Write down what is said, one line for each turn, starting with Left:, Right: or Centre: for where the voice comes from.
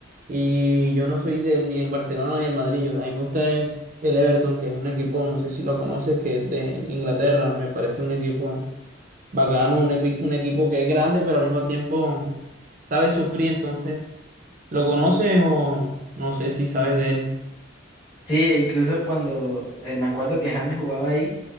Right: Y yo no soy del, ni del Barcelona ni del Madrid, yo- a mí me gusta es el Everton, que es un equipo, no sé si lo conoces, que es de Inglaterra, me parece un equipo bacano, un, epi- un equipo que es grande, pero al mismo tiempo sabe sufrir, entonces... ¿Lo conoces o no sé si sabes de él?
Left: Sí, incluso cuando eh, me acuerdo que James jugaba ahí,